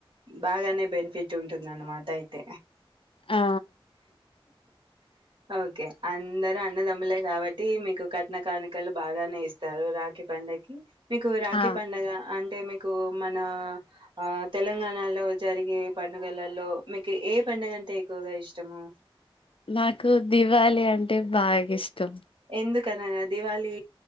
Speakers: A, on the right; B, on the left.
A: బాగానే బెనిఫిట్ ఉంటుంది అన్నమాట అయితే
B: ఆ
A: ఓకే అందరు అన్నదమ్ములే కాబట్టి మీకు కట్నకానికలు బాగానే ఇస్తారు రాఖి పండక్కి మీకు కే
B: ఆ
A: పండగ అంత అంటే మీకు మన ఆ తెలంగాణలో జరిగే పండుగలలో మీకు ఏ పండుగ అంటే ఎక్కువగా ఇష్టము
B: నాకు దివాళి అంటే బాగా ఇష్టం
A: ఎందుకనగా దివాళీ